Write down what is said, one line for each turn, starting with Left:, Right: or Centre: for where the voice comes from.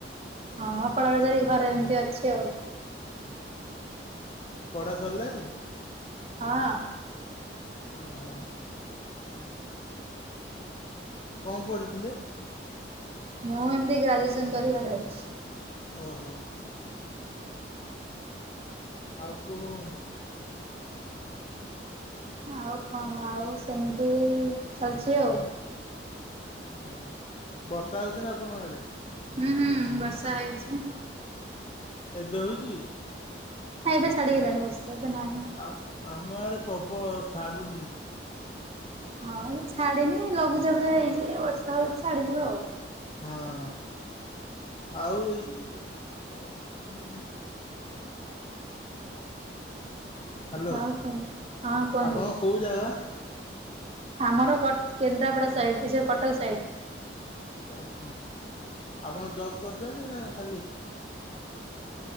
Right: ହଁ ପଳେଇ ଆଉଛି ବୋଲି ଘରେ ଏମିତି ଅଛି ଆଉ।
Left: ପଢା ସରିଲାଣି।
Right: ହଁ।
Left: ଓହୋ। କଣ ପଢ଼ିଥିଲେ?
Right: ମୁଁ ଏମିତି ଗ୍ରାଜୁଏସନ କରିକି ଘରେ ଅଛି।
Left: ଓହୋ। ଆଉ କୁହ କଣ?
Right: ଆଉ କଣ ଆଉ ସେମିତି ଚାଲିଛି ଆଉ।
Left: ଓ ବର୍ଷା ହଉଛି ନା ଆପଣଙ୍କ ଆଡେ।
Right: ହୁଁ ହୁଁ ବର୍ଷା ହେଇଛି।
Left: ଏବେ ହଉଛି।
Right: ନାଁ ଏବେ ଛାଡ଼ି ଗଲାଣି ବର୍ଷା ଏବେ ନାହିଁ।
Left: ଆ ଆମ ଆଡେ ପ୍ରବଳ ଛାଡୁନି।
Right: ହଁ ଛାଡିନି ଲଘୁଚାପୁଚା ହେଇଛି ବର୍ଷା ହଉଛି ଛାଡିଯିବ ଆଉ।
Left: ହଁ ଆଉ ଏଇ ଅ ଉହୁଁ। ହ୍ୟାଲୋ
Right: ଆଉ କୁହନ୍ତୁ ହଁ କୁହନ୍ତୁ।
Left: ଆପଣ କୋଉ ଜାଗା?
Right: ଆମର କ କେନ୍ଦ୍ରାପଡା ସାଇଡ ସେ କଟକ ସାଇଡ।
Left: ଓହୋ ଆପଣ ଜବ୍ କରଚନ୍ତି ନା ଖାଲି।